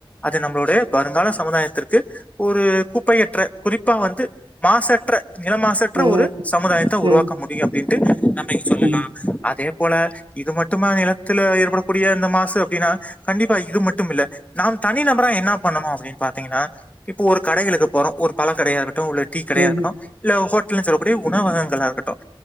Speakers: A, on the left; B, on the right.
A: அது நம்ளுடைய வருங்கால சமுதாயத்திற்கு ஒரு குப்பையற்ற குறிப்பா வந்து மாசற்ற நிலமாசற்ற
B: ம் ம்
A: ஒரு சமுதாயத்த
B: ம்
A: உருவாக்க
B: ம்
A: முடியு அப்படின்ட்டு நம் நீங்க சொல்லலா
B: ம்
A: அதே போல இது மட்டும்மா நிலத்துல ஏற்படக்கூடிய இந்த மாசு அப்டின்னா கண்டிப்பா இது மட்டு இல்ல நாம் தனி நபரா என்ன பண்ணு அப்டின்னு பாத்தீங்கன்னா இப்போ ஒரு கடைகளுக்கு போறோ ஒரு பல கடையாகட் டு உள்ள டீ கடையா
B: ம்
A: இருட்டு இல்ல ஹோட்டல்னு செல்லக்ககூடிய உணவகங்க லா இருகட்டு